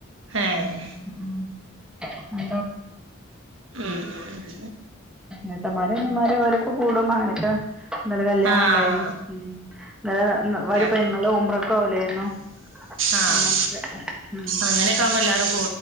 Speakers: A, on the right; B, in the centre.
A: ഏഹ്
B: ഉ ഉം <unintelligible> ഉം
A: ഉം ഉം
B: ഏട്ടന്മാരും അനിയന്മാരും ഓലൊക്കെ കൂടുമ്പോ അങ്ങനൊക്കെ ഇന്നലെ കല്യാണം
A: ആഹ്
B: ണ്ടായിന്ന് ഉം ഇന്നലെ <unintelligible>
A: ആഹ്
B: പെങ്ങൾ ഉംറ പോലേനു
A: ആഹ്
B: അങ്ങനൊക്കെ ഉം
A: അങ്ങനെയൊക്കെ ആവുമ്പോ എല്ലാരും